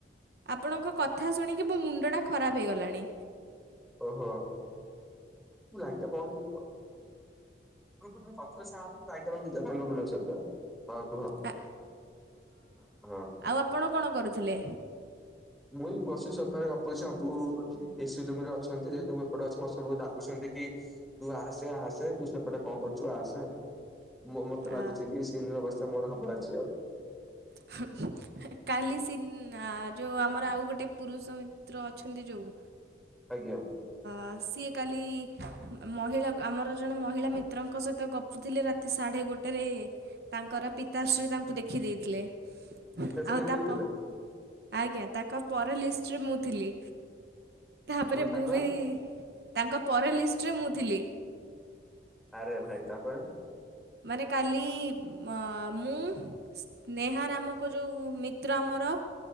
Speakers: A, on the right; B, in the centre.
A: ଆପଣଙ୍କ କଥା ଶୁଣିକି ମୋ ମୁଣ୍ଡଟା ଖରାପ ହେଇଗଲାଣି।
B: ଓହୋ। ମୁଁ ଲାଇଟ୍ ଟା ବନ୍ଦ୍ କରିକି ପ <unintelligible> ସାଙ୍ଗ ମାନଙ୍କ ସହିତ। ହଁ କୁହ ହଁ।
A: ଆ ଆଉ ଆପଣ କଣ କରୁଥିଲେ?
B: ମୁଁ ଏଇ ବସିକି ସୋଫାରେ ଗପୁଚି। ସବୁ ଏସି ରୁମ ରେ ଅଛନ୍ତି ଯେହେତୁ ମୁଁ ଏପଟେ ଅଛି, ମତେ ସବୁ ଡାକୁଛନ୍ତି କି ତୁ ଆସେ ଆସେ ତୁ ସେପଟେ କଣ କରୁଚୁ ଆସେ। ମ ମତେ
A: ଆ
B: ଲାଗୁଛି କି ସେ। <unintelligible> ମୋର ହବ ଆଜି ଆଉ।
A: <unintelligible> ଏ କାଲି ସି ନା ଯୋଉ ଆମର ଆଉ ଗୋଟେ ପୁରୁଷ ମିତ୍ର ଅଛନ୍ତି ଯୋଉ
B: ଆଜ୍ଞା।
A: ଆ ସିଏ କାଲି ମହିଳା ମହିଳା ଆମର ଜଣେ ମହିଳା ମିତ୍ରଙ୍କ ସହିତ ଗ ପୁଥିଲେ ରାତି ସାଢେ ଗୋଟେ ରେ, ତାଙ୍କର ପିତାଶ୍ରୀ ତାଙ୍କୁ ଦେଖି ଦେଇଥିଲେ।
B: ଗୀତାଶ୍ରୀ
A: ଆଉ
B: ଦେଖିଦେଇଥିଲେ
A: ତା ପ, ଆଜ୍ଞା ତାଙ୍କ ପର ଲିଷ୍ଟରେ ମୁଁ ଥିଲି।
B: କଣ
A: ତାପରେ
B: ତାଙ୍କ
A: ମୁଁ ବି, ତାଙ୍କ ପରେ ଲିଷ୍ଟରେ ମୁଁ ଥିଲି।
B: ଆରେ ଭାଇ ତାପରେ
A: ମାନେ କାଲି ମ ମୁଁ ସ୍ନେହା ନାମକ ଯୋଉ ମିତ୍ର ଆମର